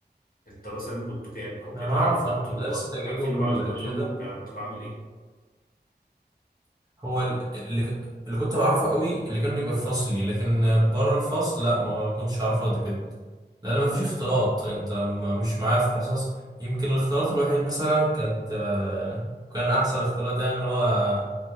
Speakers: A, on the left (about 55°); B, on the right (about 20°).
A: انت مثلا كنتوا كام او
B: انا
A: كده
B: اعرف
A: يعني كنتوا
B: عن مدرسه تجريبي
A: عارفين
B: وكده
A: بعض كلكم كان عددكم عامل ايه
B: هو ال- اللي ك- اللي كنت بعرفه قوي اللي كانوا يبقى في فصلي لكن بره الفصل لا ما كنتش اعرفه قد كده لان ما فيش اختلاط انت ما- مش معاه في حصص يمكن الاختلاط الوحيد مثلا كانت آه، كان احسن اختلاط يعني اللي هو